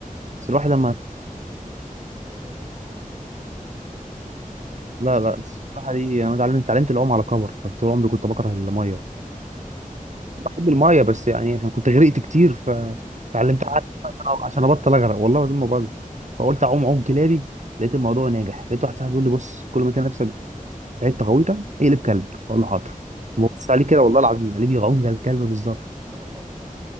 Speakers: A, on the right (about 30°); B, on the right (about 55°).
A: ما
B: بس الواحد لما
A: ما ما بتحبش مثلا رياضات تانية أو كده سباحة مش عارف
B: لا
A: إيه
B: لا
A: بتاع
B: الصراحة دي أنا اتعلمت اتعلمت العوم على كبر فطول عمري كنت بكره المية
A: <laughs> أصلا
B: بحب المايه بس يعني عشان كنت غرقت كتير فتعلمت قعدت فترة عشان ابطل اغرق والله العظيم ما بهزر فقلت اعوم عوم كلابي لقيت الموضوع ناجح لقيت واحد صاحبي بيقول لي بص كل ما تلاقي نفسك في حته غويطه اقلب كلب اقول له حاضر
A: <laughs>
B: ببص عليه كده والله العظيم قال لي بيعوم زي الكلب بالظبط
A: أو أو